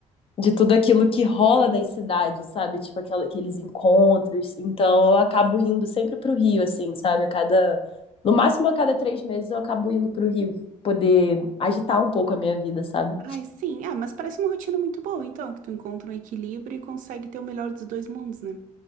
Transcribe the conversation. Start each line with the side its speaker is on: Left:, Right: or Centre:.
Left: de tudo aquilo que rola nas cidades, sabe? Tipo aquela- aqueles encontros. Então
Right: Sim.
Left: eu acabo indo sempre pro Rio, assim, sabe? A cada, no máximo a cada três meses eu acabo indo pro Rio poder agitar um pouco a minha vida, sabe?
Right: Ai, sim. Ah, mas parece uma rotina muito boa, então, que tu encontra um equilíbrio e consegue ter o melhor dos dois mundos, né?